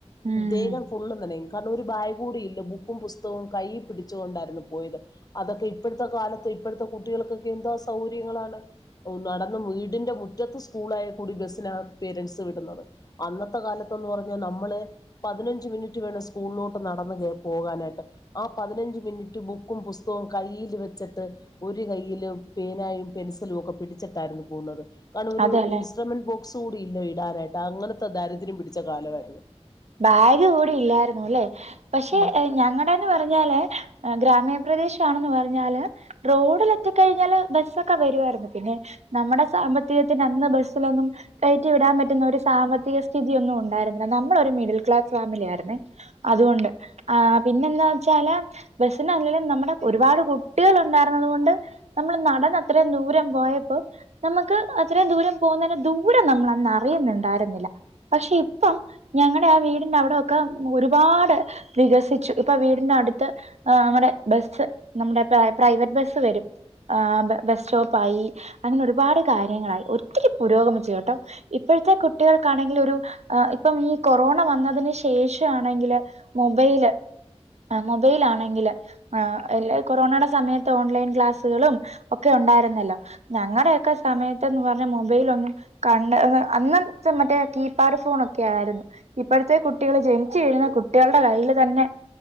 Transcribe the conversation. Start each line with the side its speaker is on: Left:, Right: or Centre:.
Right: ഉം
Left: ദേഹം ഫുള്ളും നനയും കാരണം ഒരു ബാഗൂടി ഇല്ല ബുക്കും പുസ് തവും കൈ പിടിച്ചുകൊണ്ടാരുന്നു പോയ്ത് അതൊക്കെ ഇപ്പോഴത്തെ കാലത്ത് ഇപ്പോഴ്ത്തെ കുട്ടികൾക്കൊക്കെ എന്താ സൗകര്യങ്ങളാണ് നടന്ന് വീടിന്റെ മുറ്റത്ത് സ്കൂളായ കൂടി ബസ്സിനാ പേരന്റ്സ് വിടുന്നത് അന്നത്തെ കാലത്തെന്ന് പറഞ്ഞ നമ്മള് പതിനഞ്ച് മിനിറ്റ് വേണം സ്കൂളിലോ നടന്ന് കേറി പോകാനായിട്ട് ആ പതിനഞ്ച് മിനിറ്റ് ബുക്കും പുസ്തകവും കയ്യിൽ വെച്ചിട്ട് ഒരു കൈയില് പേനായും പെൻസിലും ഒക്കെ പിടിച്ചിട്ടായിരുന്നു പോകുന്നത് കാരണം ഒരു
Right: അതെല്ലേ
Left: ഇൻസട്രമെന്റ് ബോ സൂടി ഇല്ല ഇടാനായിട്ട് അങ്ങനത്തെ ദാരിദ്ര്യം പിടിച്ച കാലമാരുന്നു
Right: ബാഗ് കൂടി ഇല്ലായിരുന്നു ലേ പക്ഷേ
Left: ബാ
Right: ഞങ്ങടെന്ന് പറഞ്ഞാല് ആ ഗ്ര മീണ പ്രദേശാണന്ന് പറഞ്ഞാല് റോഡ് ല് എന്തികയിഞ്ഞാല് ബസ്സൊകെ വരുവായിരുന്നു പിന്നെ നമ്മുടെ സാമ്പത്തികത്തിന് അന്ന് ബസ്സിലെന്നും കയറ്റിവിടാൻ പറ്റുന്ന ഒര് സാമ്പത്തിക സ്ഥിതി ഒന്നും ണ്ടായിരുന്നില്ല ന മ്മളെരു മിഡിൽക്ലാസ് ഫേമിലിയായിരുന്നേ അതുകൊണ്ട് ആ പിന്നെന്താ ച്ചാല് ബസ്സിന് ല്ലെലും ഒരു പാട് കുട്ടികള് ണ്ടായിരുന്നത് കൊണ്ട് നമ്മള് നടന്ന് അത്ര ദൂരം പോയപ്പോ നമ്മക്ക് അത്ര ദൂരം പോകുന്നതിന്റെ ദൂരം നമ്മളന്ന് റിയുന്ന് ണ്ടായിരുന്നില്ല പക്ഷേ ഇപ്പം ഞങ്ങടെ വീടിന്റെ അവിടെയൊക്കെ ഒരുപാട് വികസിച്ചു ഇപ്പം വീടിന്റെടുത്ത് ആ അങ്ങനെ ബസ്സ് നമ്മടെ പാ പ്രൈവറ്റ് ബസ്സ് വരും ആ ബസ്റ്റോപ്പ് ആയി അങ്ങനെ ഒരുപാട് കാര്യങ്ങൾ ആയി ഒത്തിരി പുരോഗമിച്ചു കേട്ടോ ഇപ്പോഴത്തെ കുട്ടികൾക്കാണെങ്കിൽ ഒര് ഇപ്പം മി ഫോണ് വന്നത്‌ന് ശേഷം ആണെങ്കില് മൊബൈല് ആ മൊബൈലാണക്കില് ആ ല്ലാ കൊറോണേടെ സമയത്ത് ഓൺ ലൈൻ ക്ലാസുകളും ഒക്കെ ഉണ്ടായിരുന്നല്ലോ ഞങ്ങടെ കെ സമയത്ത് ന്ന് പറഞ്ഞാമൈ ബയ് ലെന്നും കണ്ണ് അന്ന് മറ്റേ കീ പാഡ് ഫോണെക്കെയിരുന്നു ഇപ്പഴത്തെ കുട്ടികൾ ജനിച്ചു കുട്ടികളുടെ കയ്യിൽ തന്നെ